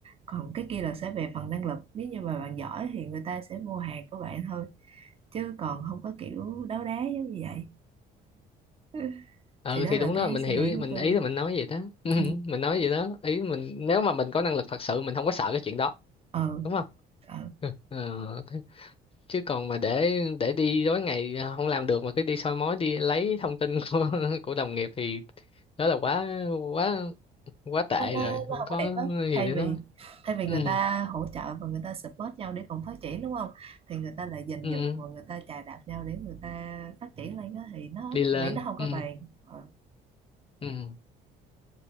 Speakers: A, on the right (about 35°); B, on the left (about 35°).
A: còn cái kia là sẽ về phần năng lực nếu như mà bạn giỏi thì người ta sẽ mua hàng của bạn thôi chứ còn không có kiểu đấu đá giống như vậy <laughs>
B: ừ
A: thì đó
B: thì
A: là
B: đúng
A: cái
B: đó mình
A: suy
B: hiểu
A: nghĩ
B: ý- mình
A: của tôi
B: ý là mình nói vậy đó <laughs>
A: ừ.
B: mình nói vậy đó ý mình nếu mà mình có năng lực thật sự mình không có sợ cái chuyện đó
A: ờ
B: đúng không
A: ờ.
B: Ờ, thế- chứ còn mà để để đi tối ngày à, không làm được mà cứ đi soi mói đi lấy thông tin <laughs> của của đồng nghiệp thì đó là quá quá quá tệ
A: nó, nó,
B: rồi không
A: nó không
B: có
A: có đẹp á
B: gì
A: thay
B: để nói
A: vì thay vì
B: ừ
A: người ta hỗ trợ và người ta support nhau để cùng phát triển đúng không thì người ta lại giành
B: ừ
A: giật và người ta chà đạp nhau để người ta phát triển lên đó thì nó
B: đi lên
A: tôi nghĩ nó không có
B: ừ
A: bền ờ.
B: ừ